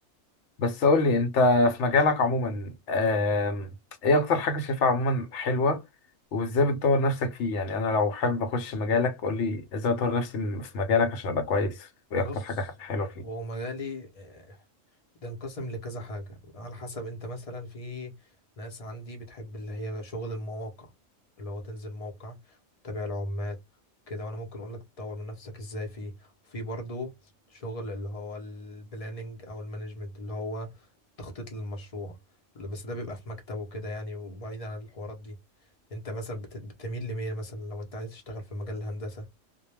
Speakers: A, on the left; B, on the left.
A: بس قول لي انت في مجالك عموما آم، ايه اكتر حاجة شايفها عموما حلوة وازاي بتطور نفسك فيه يعني انا لو حابب اخش مجالك قول لي ازاي اطور نفسي في مجالك عشان ابقى كويس وايه
B: بص
A: اكتر حاجة حلوة فيه
B: هو مجالي آه، بتنقسم لكذا حاجة على حسب انت مثلا في ناس عندي بتحب اللي هي شغل المواقع اللي هو تنزل موقع تتابع العمال كده وانا ممكن اقول لك تطور من نفسك ازاي فيه وفي برضو شغل اللي هو البلاننج او المانجمنت اللي هو التخطيط للمشروع اللي- بس ده بيبقى في مكتب وكده يعني وبعيد عن الحوارات دي انت مثلا بت- بتميل لمين مثلا لو انت عايز تشتغل في مجال الهندسة